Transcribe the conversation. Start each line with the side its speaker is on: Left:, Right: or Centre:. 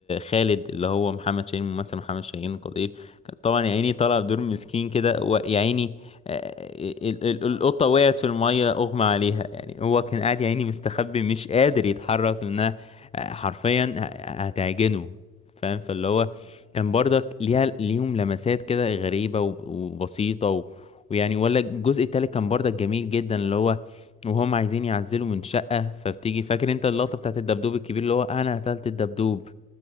Left: خالد اللي هو محمد شاهين ممثل محمد شاهين القدير كان طبعا
Right: اه
Left: يا عيني طلع بدور مسكين كده ويا عيني آه، آه، ال- ال-
Right: اتنفخ
Left: القطه وقعت في الميه
Right: اتنفخ
Left: اغمى عليها يعني هو كان قاعد يا عيني مستخبي مش قادر يتحرك لانها آه، حرفيا ه- هتعجنه فاهم فاللي هو
Right: اه
Left: كان برضك ليها ليهم لمسات كده غريبه وب- وبسيطه و- ويعني ولا الجزء التالت كان برضك جميل جدا اللي هو وهم عايزين يعزلوا من شقة فبتيجي فاكر انت اللقطة بتاعت الدبدوب الكبير اللي هو انا قتلت الدبدوب